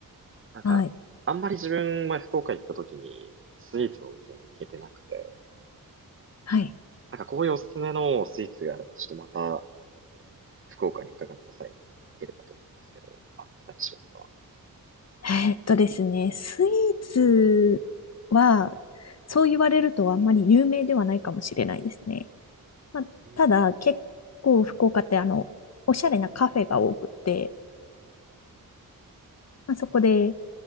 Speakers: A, on the right (about 35°); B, on the left (about 45°).
A: なんか、
B: はい。
A: あんまり自分、前福岡行った時に、スイーツのお店は行けてなくて、
B: はい。
A: なんかこういうおすすめのスイーツがあれば、ちょっとまた、福岡に伺った際に行ければと思うんですけど、あったりしますか
B: えーっとですね、スイーツは、そう言われるとあんまり有名ではないかもしれないですね。まあ、
A: うん。
B: ただ、結構福岡ってあの、おしゃれなカフェが多くて、まあ、そこで